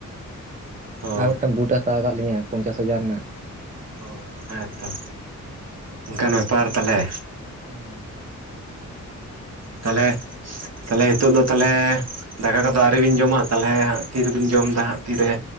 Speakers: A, on the right; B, on the right.
A: ᱚ
B: ᱟᱨ ᱢᱤᱫᱴᱟᱝ ᱵᱩᱴ ᱮ ᱦᱟᱛᱟᱣ ᱠᱟᱫ ᱞᱤᱧᱟᱹ ᱯᱚᱱᱪᱟᱥ ᱦᱟᱡᱟᱨ ᱨᱮᱱᱟᱜ
A: ᱚ ᱦᱮᱸ ᱛᱚ ᱚᱱᱠᱟᱱ ᱵᱮᱯᱟᱨ ᱛᱟᱦᱚᱞᱮ᱾
B: ᱦᱮᱸ
A: ᱛᱟᱦᱚᱞᱮ, ᱛᱟᱦᱚᱞᱮ, ᱱᱤᱛᱚᱜ ᱫᱚ ᱛᱟᱦᱚᱞᱮ ᱫᱟᱠᱟ ᱠᱚᱫᱚ ᱟᱹᱣᱨᱤ ᱵᱤᱱ ᱡᱚᱢᱟ ᱛᱟᱦᱚᱞᱮ ᱛᱤᱨᱮᱵᱮᱱ ᱡᱚᱢ ᱫᱟ ᱦᱟᱸᱜ ᱛᱤᱨᱮ